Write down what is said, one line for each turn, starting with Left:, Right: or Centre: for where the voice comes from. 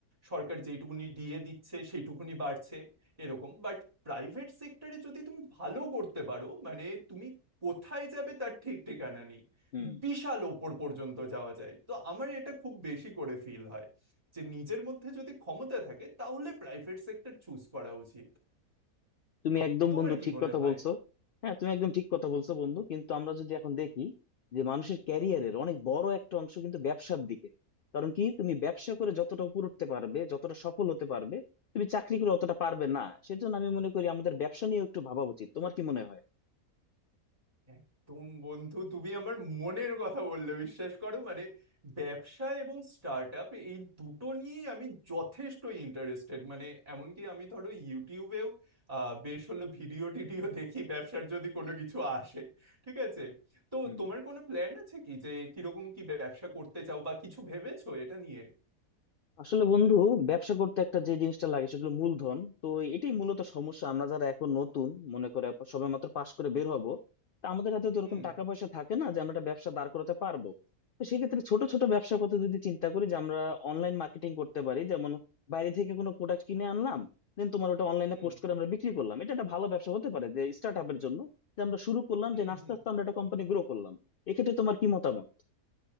Right: সরকার যেটুকুনি দিয়ে দিচ্ছে সেইটুকুনি বাড়ছে এরকম বাট প্রাইভেট সেক্টরে যদি তুমি ভালো করতে পারো মানে তুমি কোথায় যাবে তার ঠিক ঠিকানা নেই
Left: হুম
Right: বিশাল ওপর পর্যন্ত যাওয়া যায় তো আমার এটা খুব বেশি করে ফিল হয় যে নিজের মধ্যে যদি ক্ষমতা থাকে তাহলে প্রাইভেট সেক্টর চুজ করা উচিত
Left: তুমি একদম
Right: তোমার
Left: বন্ধু
Right: কি
Left: ঠিক
Right: মনে
Left: কথা
Right: হয়
Left: বলছো হ্যাঁ তুমি একদম ঠিক কথা বলছো বন্ধু কিন্তু আমরা যদি এখন দেখি যে মানুষের ক্যারিয়ারের
Right: হুম, হুম।
Left: অনেক বড় একটা অংশ কিন্তু ব্যবসার দিকে কারণ কি তুমি ব্যবসা করে যতটা উপর উঠতে পারবে যতটা সফল হতে পারবে তুমি চাকরি করে অতটা পারবে না সেজন্য আমি মনে করি আমাদের ব্যবসা নিয়ে একটু ভাবা উচিত তোমার কি মনে হয়
Right: একদম বন্ধু তুমি আমার মনের কথা বললে বিশ্বাস করো মানে ব্যবসা এবং স্টার্ট আপ এই দুটো নিয়েই আমি যথেষ্ট ইন্টারেস্টেড মানে এমনকি আমি ধরো ইউটিউবেও আহ, বেশ হলো ভিডিও টিডিও দেখি ব্যবসার যদি কোনো কিছু আসে ঠিক আছে তো
Left: হুম
Right: তোমার কোনো প্ল্যান আছে কি যে কিরকম কি ব্যবসা করতে চাও বা কিছু ভেবেছো এটা নিয়ে
Left: আসলে বন্ধু ব্যবসা করতে একটা যে জিনিসটা লাগে সেটা হলো মূলধন তো এটাই মূলত সমস্যা আমরা যারা এখন নতুন মনে করে সবেমাত্র পাশ করে বের হব তা আমাদের হাতে তো এরকম
Right: হুম
Left: টাকা পয়সা থাকে না যে আমরা একটা ব্যবসা দাঁড় করাতে পারবো তো সেক্ষেত্রে ছোট ছোট ব্যবসার কথা যদি চিন্তা করি যে আমরা অনলাইন মার্কেটিং করতে পারি যেমন বাইরে থেকে কোনো প্রোডাক্ট কিনে আনলাম দেন তোমার ওটা অনলাইনে
Right: হুম
Left: পোস্ট করে আমরা বিক্রি করলাম এটা একটা ভালো ব্যবসা হতে পারে যে স্টার্ট আপের জন্য যে আমরা শুরু করলাম
Right: হুম
Left: যে আস্তে
Right: হুম
Left: আস্তে আমরা একটা কোম্পানি গ্রো করলাম এক্ষেত্রে তোমার কি মতামত